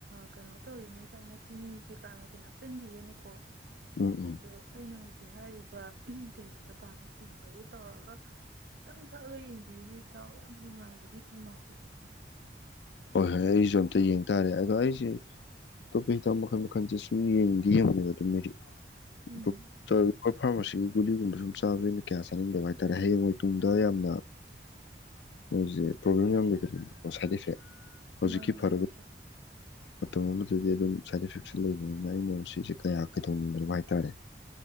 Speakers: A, on the right; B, on the left.
A: ꯀꯩꯅꯣ ꯇꯧꯔꯤꯅꯦ ꯀꯥꯏꯅ ꯆꯤꯅꯤ ꯀꯩꯀꯥꯒꯗꯤ ꯍꯥꯞꯆꯤꯟꯕꯤꯒꯅꯨꯀꯣ
B: ꯎꯝ ꯎꯝ
A: ꯑꯗꯣ ꯑꯩꯅ ꯍꯧꯖꯤꯛ ꯍꯥꯏꯔꯤꯕ ꯇꯦꯖꯄꯇꯥꯒꯁꯤꯡꯒꯁꯦ ꯇꯧꯔꯒ ꯈꯤꯇꯪ ꯊꯛꯑꯒ ꯌꯦꯡꯕꯤꯌꯨꯅꯦ ꯏꯇꯥꯎ ꯌꯥꯝ ꯅꯨꯡꯉꯥꯏꯕꯅꯦ ꯈꯧꯅꯥꯎꯗꯣ
B: ꯍꯣꯏ ꯍꯣꯏ ꯑꯩꯁꯨ ꯑꯝꯇ ꯌꯦꯡ ꯇꯥꯔꯦ ꯑꯗꯣ ꯑꯩꯁꯦ ꯑꯇꯣꯞꯄ ꯍꯤꯇꯥꯛ ꯃꯈꯜ ꯃꯈꯜꯁꯦ ꯁꯨꯝ ꯌꯦꯡꯗꯤ ꯌꯦꯡꯅꯦꯕ ꯑꯗꯨꯝꯔꯤ
A: ꯎꯝ
B: ꯣꯛꯛꯇ ꯑꯩꯈꯣꯏ ꯐꯥꯔꯃꯥꯁꯤꯒꯤ ꯒꯨꯂꯤꯒꯨꯝꯕ ꯁꯨꯝ ꯆꯥꯕꯕꯁꯤꯅ ꯀꯌꯥ ꯆꯥꯅꯤꯡꯗꯕ ꯍꯥꯏꯇꯥꯔꯦ ꯍꯌꯦꯡ ꯍꯣꯏ ꯇꯨꯡꯗ ꯌꯥꯝꯅ ꯃꯣꯏꯁꯦ ꯄ꯭ꯔꯣꯕ꯭ꯂꯦꯝ ꯌꯥꯝ ꯂꯩꯈꯜꯂꯤꯕꯀꯣ ꯁꯥꯏꯠ ꯏꯐꯦꯛ ꯍꯧꯖꯤꯛꯀꯤ
A: ꯃꯥꯅꯦ
B: ꯐꯔꯒ
A: ꯃꯥꯅꯦ ꯏꯇ
B: ꯃꯇꯝ ꯑꯃꯗꯗꯤ ꯑꯗꯨꯝ ꯁꯥꯏꯠ ꯏꯐꯦꯛꯁ ꯂꯩꯕꯅꯤꯅ ꯑꯩꯅ ꯃꯁꯤꯁꯦ ꯀꯌꯥ ꯀꯥꯏꯊꯣꯛꯃꯤꯟꯅꯔꯨꯕ ꯍꯥꯏꯇꯥꯔꯦ